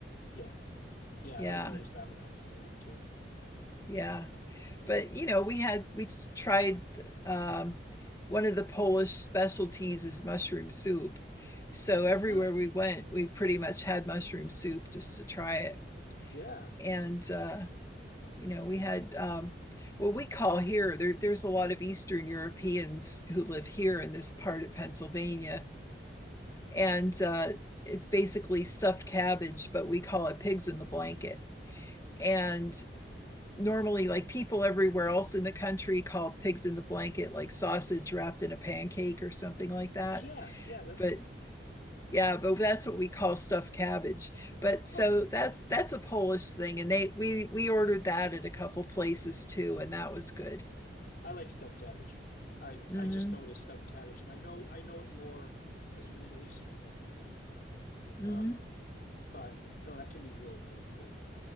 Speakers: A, on the left; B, on the left.
A: Yeah. Yeah.
B: Yeah.
A: I noticed that when I was in Europe too.
B: Yeah. But, you know, we had, we tried um, one of the Polish specialties is mushroom soup. So everywhere
A: Huh.
B: we went, we pretty much had mushroom soup just to try it.
A: Yeah.
B: And uh, you know, we had um, what we call here, there, there's a lot of Eastern Europeans who live here in this part of Pennsylvania. And uh, it's basically stuffed cabbage, but we call it pigs in the blanket. And normally, like people everywhere else in the country call pigs in the blanket like sausage wrapped in a pancake or something like that.
A: Yeah. Yeah. That's,
B: But yeah, but that's what we call stuffed cabbage. But
A: huh.
B: so that's that's a Polish thing, and they we we ordered that at a couple places too, and that was good.
A: I like stuffed cabbage. I,
B: Mm-hmm.
A: I just noticed stuffed cabbage and I know, I know it more as a Middle Eastern thing. Um,
B: Mm-hmm.
A: but no, that can be really, really good.